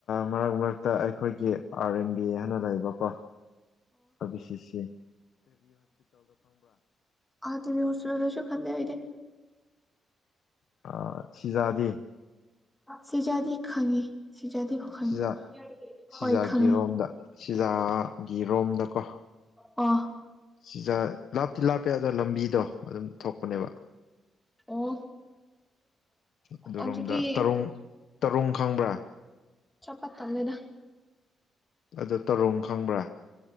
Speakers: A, on the left; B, in the centre.
A: ꯃꯔꯛ ꯃꯔꯛꯇ ꯑꯩꯈꯣꯏꯒꯤ ꯑꯥꯔ ꯑꯦꯟ ꯕꯤ ꯍꯥꯏꯅ ꯂꯩꯕꯀꯣ ꯑꯕꯤ ꯁꯤꯁꯦ
B: ꯑꯗ ꯍꯧꯁ ꯂꯁꯨ ꯈꯟꯗꯦ ꯑꯗ
A: ꯑ ꯁꯤꯖꯥꯗꯦ
B: ꯁꯤꯖꯥꯗꯤ ꯈꯪꯉꯤ ꯁꯤꯖꯥꯗꯤ ꯈꯪꯉꯤ
A: ꯁꯤꯖꯥ ꯁꯤꯖꯥꯒꯤ
B: ꯍꯣꯏ ꯈꯪꯉꯦ
A: ꯔꯣꯝꯗ ꯁꯤꯖꯥꯒꯤ ꯔꯣꯝꯗꯀꯣ
B: ꯑꯣ
A: ꯆꯖꯥꯛ ꯂꯥꯞꯇꯤ ꯂꯥꯞꯄꯦ ꯑꯗꯣ ꯂꯝꯕꯤꯗꯣ ꯑꯗꯨꯝ ꯊꯣꯛꯄꯅꯦꯕ
B: ꯑꯣ
A: ꯑꯗꯨꯔꯣꯝꯗ
B: ꯑꯗꯨꯗꯤ
A: ꯇꯔꯨꯡ ꯇꯔꯨꯡ ꯈꯪꯕ꯭ꯔꯥ
B: ꯆꯄ ꯇꯃꯦꯗ
A: ꯑꯗꯨ ꯇꯔꯨꯡ ꯈꯪꯕ꯭ꯔꯥ